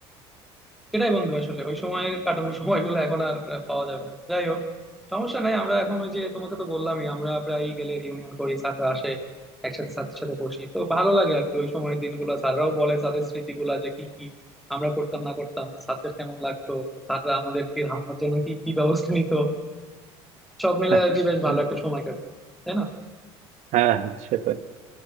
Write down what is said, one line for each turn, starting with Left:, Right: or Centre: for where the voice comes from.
Centre: সেটাই বন্ধু আসলে ওই সময় কাটানোর সময়গুলো এখন আর পাওয়া যাবে না যাই হোক সমস্যা নাই আমরা এখন ওই যে তোমাকে তো বললামই আমরা প্রায় গেলে রিউনিয়ন করি স্যাররা আসে একসাথে স্যারদের সাথে বসি তো ভালো লাগে আর কি ওই সময়ের দিনগুলো স্যাররাও বলে তাদের স্মৃতিগুলা যে কি কি আমরা করতাম না করতাম স্যারদের কেমন লাগতো স্যাররা আমাদেরকে আমার জন্য কি কি ব্যবস্থা নিত সব মিলে
Right: <laughs>
Centre: আর কি বেশ ভালো একটা সময় কাটে তাই না
Right: হ্যাঁ হ্যাঁ সেটাই